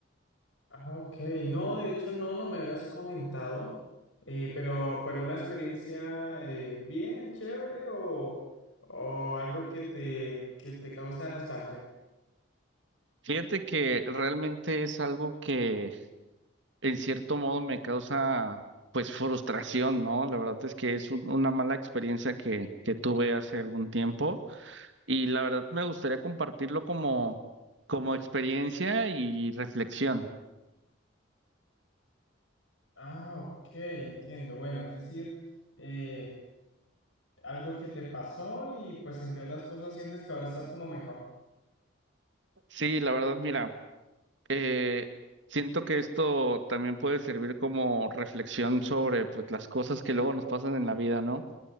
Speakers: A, on the left (about 70°); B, on the right (about 65°).
A: Ah, ok. No, de hecho, no, no me habías comentado, eh, pero, pero una experiencia eh, bien chévere o, o algo que te, que te causa nostalgia.
B: Fíjate que realmente es algo que... en cierto modo me causa pues frustración, ¿no? La verdad es que es un- una mala experiencia que, que tuve hace algún tiempo y la verdad me gustaría compartirlo como, como experiencia y reflexión.
A: Ah, ok, entiendo. Bueno, es decir, eh, algo que te pasó y pues entre otras cosas sientes que ahora estás como mejor.
B: Sí, la verdad, mira, eh, siento que esto también puede servir como reflexión sobre pues las cosas que luego nos pasan en la vida, ¿no?